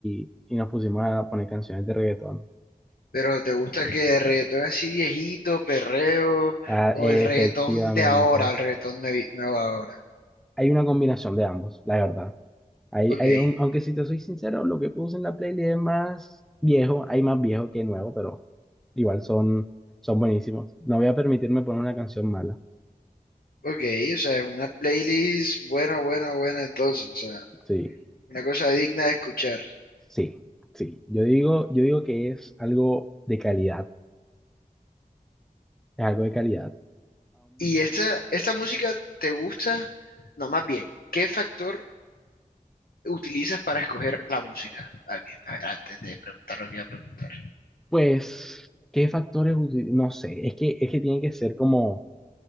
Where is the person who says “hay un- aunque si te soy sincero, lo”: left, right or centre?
Centre